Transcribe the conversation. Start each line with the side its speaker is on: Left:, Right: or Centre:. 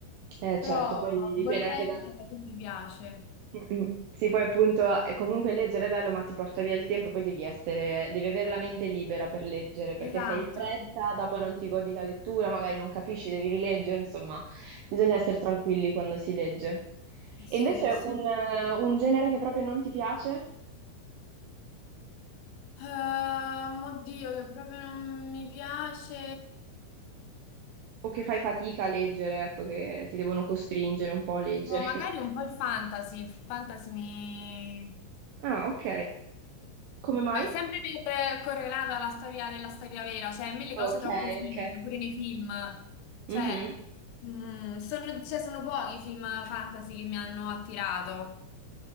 Right: eh,
Left: però
Right: certo, poi dipende
Left: vorrei
Right: anche da...
Left: perché alla fine mi piace.
Right: Mm, mm. Sì, poi appunto è comunque leggere è bello, ma ti porta via il tempo, poi devi essere, devi avere la mente libera per leggere, perché
Left: Esatto,
Right: se hai fretta, dopo non ti godi la lettura, magari non capisci, devi rileggere, insomma, bisogna essere tranquilli quando si legge.
Left: sì,
Right: E invece
Left: sì.
Right: un, eh, un genere che proprio non ti piace
Left: Ehm, oddio, che proprio non mi piace.
Right: o che fai fatica a leggere, ecco, che ti devono costringere un po' a leggere.
Left: Boh, magari
Right: <laughs>
Left: un po' il fantasy. Il fantasy mi.
Right: Ah, ok. Come mai?
Left: Ma sempre per- correlato alla storia della storia vera, cioè a me le
Right: Ok,
Left: cose troppo finte,
Right: ok.
Left: pure nei film. Cioè,
Right: Mhm.
Left: mm, sono, cioè, sono pochi i film fantasy che mi hanno attirato,